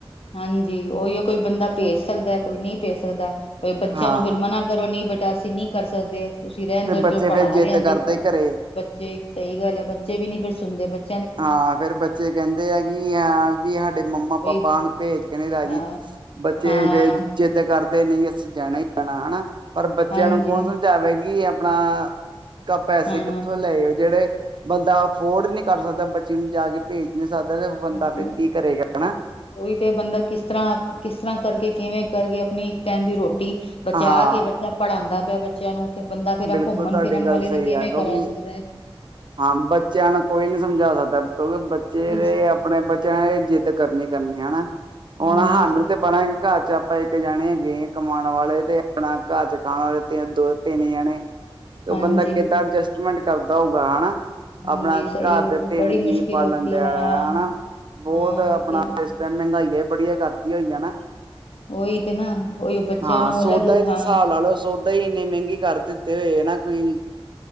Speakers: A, on the left (about 80°); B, on the right (about 55°).
A: ਹਾਂਜੀ ਉਹੀਓ ਕੋਈ ਬੰਦਾ ਭੇਜ ਸਕਦਾ ਕੋਈ ਨਹੀਂ ਭੇਜ ਸਕਦਾ ਕੋਈ ਬੱਚਿਆਂ
B: ਹਾਂ
A: ਨੂੰ ਫਿਰ ਮਨਾ ਘਰੋਂ ਨਹੀਂ ਬੇਟਾ ਅਸੀਂ ਨਹੀਂ ਕਰ ਸਕਦੇ ਤੁਸੀਂ ਰਹਿਣਦੋ
B: ਤੇ
A: ਜੀ
B: ਬੱਚੇ
A: ਉਹ ਪੜ੍ਹਾ
B: ਫੇਰ ਜਿੱਦ
A: ਰਹੇ ਅਸੀ
B: ਕਰਦੇ
A: ਤਾਂ
B: ਘਰੇ
A: ਬੱਚੇ ਸਹੀ ਗੱਲ ਹੈ ਬੱਚੇ ਵੀ ਨੀ ਫਿਰ ਸੁਣਦੇ ਬੱਚੇ
B: ਹਾਂ ਫਿਰ ਬੱਚੇ ਕਹਿੰਦੇ ਆ ਕਿ ਹਾਂ ਵੀ ਸਾਡੇ ਮੰਮਾ
A: ਬਈ
B: ਪਾਪਾ ਸਾਨੂੰ ਭੇਜ ਕੇ ਨਹੀਂ ਰਾਜੀ
A: ਹਾਂ
B: ਬੱਚੇ
A: ਹਾਂ
B: ਫਿਰ ਜਿੱਦ ਕਰਦੇ ਨਹੀਂ ਅਸੀਂ ਜਾਣਾ ਹੀ ਜਾਣਾ ਹੈ ਪਰ ਬੱਚਿਆਂ
A: ਹਾਂਜੀ
B: ਨੂੰ ਕੌਣ ਸਂਮਝਾਵੇ ਜਾਵੇਗੀ ਆਪਣਾ ਕ ਪੈਸੇ
A: ਹਾਂ
B: ਕਿੱਥੋਂ ਲੈ ਜਿਹੜੇ ਬੰਦਾ ਅਫੋਰਡ ਨੀ ਕਰ ਸਕਦਾ ਬੱਚੀ ਨੂੰ ਜਾ ਕੇ ਭੇਜ ਨਹੀਂ ਸਕਦਾ ਤੇ ਬੰਦਾ
A: ਹਾਂ
B: ਫਿਰ ਕੀ ਕਰੇਗਾ ਹਨਾ
A: ਉਹੀ ਤੇ ਬੰਦਾ ਕਿਸ ਤਰ੍ਹਾਂ ਕਿਸ ਤਰ੍ਹਾਂ ਕਰਕੇ ਕਿਵੇਂ ਕਰਕੇ ਆਪਣੀ ਇੱਕ ਟਾਈਮ ਦੀ ਰੋਟੀ ਬਚਾ
B: ਹਾਂ
A: ਕੇ ਬੱਚਾ ਪੜ੍ਹਾਉਂਦਾ ਪਿਆ ਬੱਚਿਆਂ ਨੂੰ ਬੰਦਾ ਫਿਰ
B: ਬਿਲਕੁਲ
A: ਘੁੰਮਣ
B: ਤੁਹਾਡੀ
A: ਫਿਰਨ
B: ਗੱਲ
A: ਵਾਲੇ
B: ਸਹੀ
A: ਤੇ ਕਿਵੇਂ
B: ਆ ਕਿਉਂਕਿ
A: ਕਰਾ ਸਕਦਾ ਹੈ
B: ਹਾਂ ਬੱਚਿਆਂ ਨੂੰ ਕੋਈ ਨੀ ਸਮਝਾ ਸਕਦਾ ਕਿਉਂਕਿ ਬੱਚੇ ਦੇ
A: ਇਸ
B: ਆਪਣੇ ਬੱਚਿਆਂ ਨੇ ਇਹ ਜਿੱਦ ਕਰਨੀ ਕਰਨੀ ਹੈ ਹੁਣ
A: ਹਾਂਜੀ
B: ਸਾਨੂੰ
A: ਸਹੀ
B: ਤੇ ਪਤਾ ਘਰ ਚ ਆਪਾਂ ਇੱਕ ਜਣੇ ਹੈਗੇ ਕਮਾਉਣ ਵਾਲੇ ਤੇ ਆਪਣਾ ਘਰ ਚ ਖਾਣ ਵਾਲੇ ਦੋ ਤਿੰਨ ਜਣੇ ਜਣੇ ਤੇ ਉਹ
A: ਹਾਂਜੀ
B: ਬੰਦਾ ਕਿੱਦਾਂ ਅਡਜਸਟਮੈਂਟ ਕਰਦਾ ਹੋਊਗਾ ਹਨਾ
A: ਹਾਂਜੀ
B: ਆਪਣਾ
A: ਸਹੀ
B: ਘਰ
A: ਗੱਲ
B: ਦੇ
A: ਹੈ
B: ਤਿੰਨ
A: ਬੜੀ
B: ਜੀਵ
A: ਮੁਸ਼ਕਿਲ
B: ਪਾਲਨ
A: ਹੁੰਦੀ
B: ਡਿਹਾ
A: ਹੈ ਹਾਂ
B: ਹਨਾ ਬਹੁੱਤ
A: ਹਾਂ
B: ਆਪਣਾ
A: ਕਿ
B: ਇਸ ਟਾਇਮ ਮਹਿੰਗਾਈਆਂ ਬੜੀਆ ਕਰਤੀ ਹੋਈ ਹੈ ਨਾ
A: ਉਹੀ ਤੇ ਨਾ ਉਹੀ ਬੱਚਿਆਂ
B: ਹਾਂ
A: ਨੂੰ
B: ਸੌਦਾ
A: ਅਲੱਗ
B: ਹੀ ਤੇ
A: ਹਾਂ
B: ਹਿਸਾਬ ਸੌਦਾ ਦਾਂ ਹੀ ਇੰਨਨੀ ਮਹਿੰਗੀ ਕਰ ਦਿੱਤੇ ਹੋਏ ਆ ਨਾ ਕੋਈ